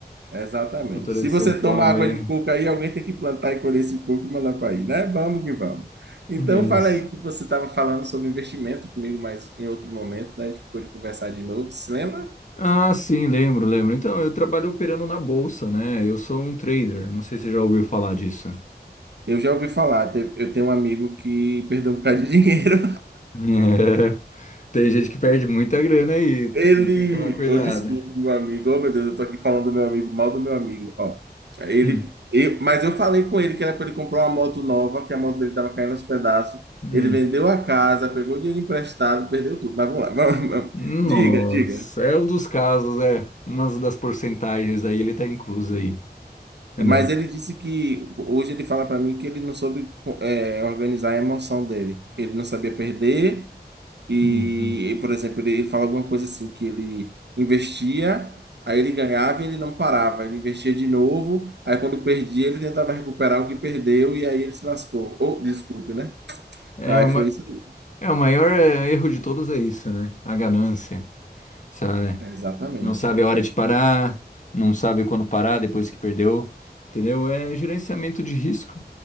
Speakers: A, on the right (about 85°); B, on the left (about 45°).
A: Exatamente.
B: Cultura
A: Se
B: de
A: você
B: São Paulo
A: toma água
B: aí.
A: de coco aí, alguém tem que plantar e colher esse coco e mandar para aí, né? Vamos que vamos. Então,
B: Luiz.
A: fala aí que você estava falando sobre investimento comigo, mas em outro momento, né? A gente ficou de conversar de novo. Se lembra?
B: Ah, sim, lembro, lembro. Então, eu trabalho operando na bolsa, né? Eu sou um trader. Não sei se você já ouviu falar disso. <laughs>
A: Eu já ouvi falar, te- eu tenho um amigo que perdeu um bocado de dinheiro.
B: É. Tem gente que perde muita grana aí
A: <laughs> Ele,
B: e tem que tomar cuidado.
A: ou desculpe, meu amigo, oh meu Deus, eu tô aqui falando do meu amigo, mal do meu amigo, ó. Ele,
B: Hum,
A: eu- mas eu falei com ele que era para ele comprar uma moto nova, que a moto dele tava caindo aos pedaços.
B: hum.
A: Ele vendeu a casa, pegou dinheiro emprestado, perdeu tudo. Mas vamos lá, <laughs> vamos, vamos.
B: Nossa,
A: Diga, diga.
B: é um dos casos, é. Uma das porcentagens aí, ele tá incluso aí, né?
A: Mas ele disse que hoje ele fala para mim que ele não soube, eh, organizar a emoção dele. Ele não sabia perder. E,
B: Uhum.
A: e, por exemplo, ele, ele fala alguma coisa assim, que ele investia, aí ele ganhava e ele não parava. Ele investia de novo, aí quando perdia, ele tentava recuperar o que perdeu e aí ele se lascou. Ou, desculpe, né?
B: É,
A: Aí
B: uma,
A: foi isso aí.
B: é o maior é, erro de todos é isso, né? A ganância, sabe?
A: É, Exatamente.
B: Não sabe a hora de parar, não sabe quando parar depois que perdeu, entendeu? É gerenciamento de risco,